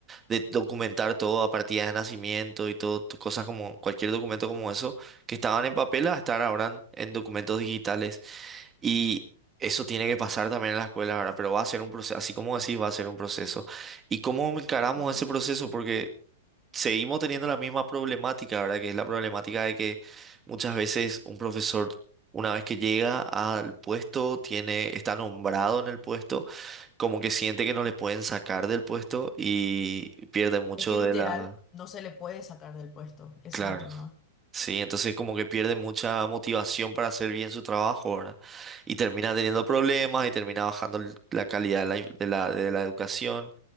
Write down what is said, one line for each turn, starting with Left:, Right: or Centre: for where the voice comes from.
Right: de documentar todo a partir de nacimiento y todo, t- cosas como cualquier documento como eso, que estaban en papel a estar ahora en en documentos digitales. Y eso tiene que pasar también en la escuela, ¿verdad? Pero va a ser un proceso, así como decís, va a ser un proceso. ¿Y cómo encaramos
Left: <laughs>
Right: ese proceso? Porque seguimos teniendo la misma problemática, ¿verdad? Que es la problemática de que muchas veces un profesor, una vez que llega al puesto, tiene, está nombrado en el puesto, como que siente que no le pueden sacar del puesto y pierde mucho
Left: Es que literal
Right: de la...
Left: no se le puede sacar del puesto, ese
Right: claro
Left: es el tema.
Right: Sí, entonces como que pierde mucha motivación para hacer bien su trabajo, ¿verdad? Y termina teniendo problemas y termina bajando el- la calidad de la, in- de la, de la educación.